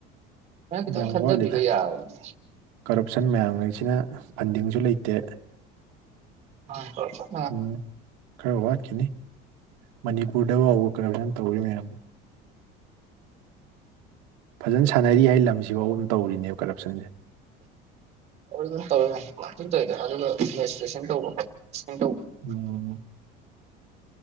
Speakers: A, on the right; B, on the right.
A: ꯅꯪ ꯈꯤꯇꯪ
B: ꯌꯥꯝ
A: ꯈꯟꯊꯕꯤꯕ
B: ꯋꯥꯠꯂꯤꯗ
A: ꯌꯥꯕꯅꯦ
B: ꯀꯔꯞꯁꯟ ꯃꯌꯥꯝꯉꯩꯁꯤꯅ ꯐꯟꯗꯤꯡꯁꯨ ꯂꯩꯇꯦ
A: <unintelligible>
B: ꯎꯝ ꯈꯔ ꯋꯥꯠꯈꯤꯅꯤ ꯃꯅꯤꯄꯨꯔꯗ ꯐꯥꯎꯕ ꯀꯔꯞꯁꯟ ꯇꯧꯔꯤ ꯃꯌꯥꯝ ꯐꯖꯅ ꯁꯥꯟꯅꯔꯤ ꯍꯥꯏ ꯂꯝꯁꯤꯐꯥꯎꯕ ꯑꯗꯨꯝ ꯇꯧꯔꯤꯅꯦꯕ ꯀꯔꯞꯁꯟꯁꯦ
A: ꯑꯗꯨꯝ ꯇꯧꯋꯤ <unintelligible> ꯑꯗꯨꯒ ꯔꯦꯖꯤꯁꯇꯔꯦꯁꯟ ꯇꯧꯕ <unintelligible>
B: ꯎꯝ